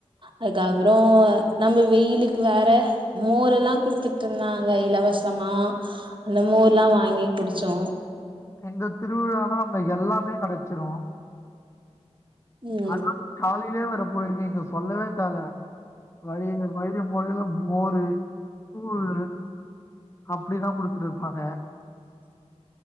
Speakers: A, on the right; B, on the left.
A: அதுக்கப்ற நம்ம வெயிலுக்கு வேற மோரெல்லா குடுத்துட்ருந்தாங்க இலவசமா அந்த
B: ம்
A: மோர்லா வாங்கி குடிச்சோ
B: இந்தத் திருவிழானா நம்ப எல்லாமே கெடைச்சிரு
A: ம்
B: ஆன காலலே வேற போயிருக்கிங்க சொல்லவே தேவல வழில வழில போகேல மோரு கூழு அப்படில்லா குடுத்துட்டு இருப்பாங்க